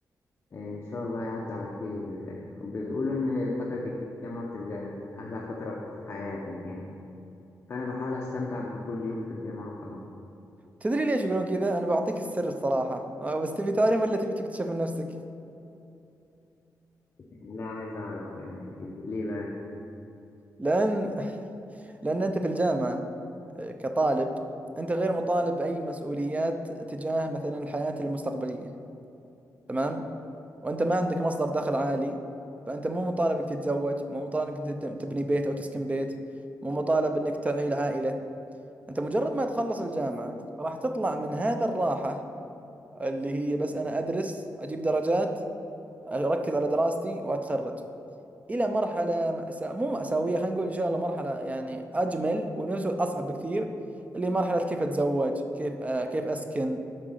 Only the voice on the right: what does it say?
تدري ليش يقولون كذا؟ أنا بعطيك السر الصراحة أه، بس تبي تعرف ولا تبي تكتشف من نفسك؟
لأن <laughs> لأن أنت في الجامعة أه، كطالب أنت غير مطالب أي مسؤوليات تجاه مثلا الحياة المستقبلية تمام؟ وأنت ما عندك مصدر دخل عالي فأنت مو مطالب إنك تتزوج مو مطالب إنك تب- تبني بيت أو تسكن بيت مو مطالب إنك تعيل عائلة انت مجرد ما تخلص الجامعة راح تطلع من هذا الراحة اللي هي بس انا ادرس اجيب درجات اركز على دراستي واتخرج الى مرحلة مأساة مو مأساوية خلينا نقول ان شاء الله مرحلة يعني اجمل وبنفس الوقت اصعب بكثير اللي هي مرحلة كيف اتزوج كيف آه كيف اسكن